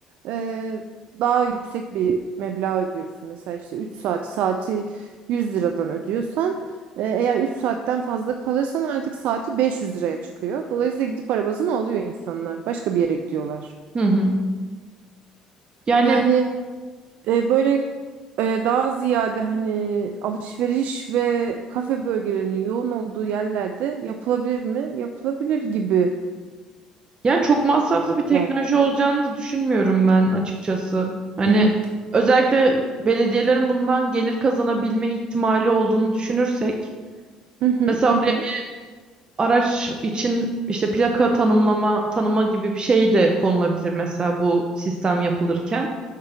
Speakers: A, on the right; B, on the right.
A: eee, daha yüksek bir meblağ ödüyorsun. Mesela işte 3 saat saati 100 liradan ödüyorsan eee, eğer 3 saatten fazla kalırsan artık saati 500 liraya çıkıyor. Dolayısıyla gidip arabasını alıyor insanlar. Başka bir yere gidiyorlar.
B: Hı hı. Yani
A: Yani eee, böyle eee, daha ziyade hani alışveriş ve kafe bölgelerinin yoğun olduğu yerlerde yapılabilir mi? Yapılabilir gibi.
B: Yani çok masraflı bir teknoloji
A: Yani.
B: olacağını da düşünmüyorum ben açıkçası. Hani
A: <clears throat>
B: özellikle belediyelerin bundan gelir kazanabilme ihtimali olduğunu düşünürsek,
A: Hı hı
B: mesela
A: hı hı.
B: oraya araç için işte plaka tanımlama tanıma gibi bir şey de konulabilir mesela bu sistem yapılırken.